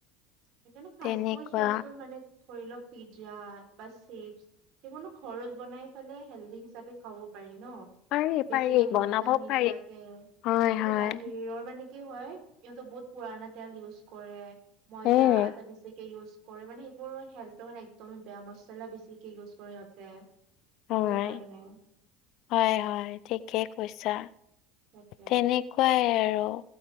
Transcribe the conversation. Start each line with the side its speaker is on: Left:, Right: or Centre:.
Right: সেইকাৰণে ফাচ
Left: তেনেকুৱা
Right: ফুড চোৱাচোন মানে ধৰি লওক পিজ্জা বা চিপছ্- সেইবোৰ ঘৰত বনাই পেলে হেল্ডি হিচাপে খাব পাৰি ন।
Left: পাৰি
Right: বেছিকে
Left: পাৰি
Right: ময়দা
Left: বনাব
Right: নিদিয়াকে
Left: পাৰি হয়
Right: কিন্তু
Left: হয়
Right: বাহিৰৰ মানে- কি হয় ইহঁত বহুত পুৰণা তেল ইউজ কৰে ময়দা
Left: উম
Right: আটা বেছিকে ইউজ- কৰি মানে সেইবোৰ হেল্থটো মানে একদমে বেয়া মচলা বেছিকে ইউজ কৰে সিহঁতে। সেইটো
Left: অ আই,
Right: কাৰণে
Left: হয় হয় হয় ঠিকেই কৈছা,
Right: তাকে
Left: তেনে- কুৱাই আৰু